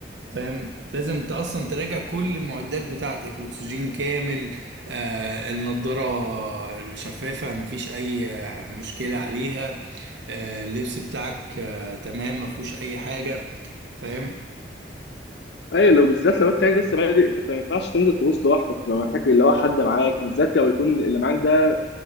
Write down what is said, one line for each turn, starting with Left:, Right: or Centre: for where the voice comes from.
Right: فاهم لازم انت اصلا تراجع كل المعدات بتاعتك الاكسجين كامل آه النضاره شفافه مفيش اي آه، مشكله عليها آه اللبس بتاعك آه تمام مفهوش اي حاجه فاهم
Left: ايوه لو بالذات لو انت يعني لسه بادئ فانت ما ينفعش تنزل تغوص لوحدك لو محتاج اللي هو حد معاك بالذات لو يكون اللي معاك ده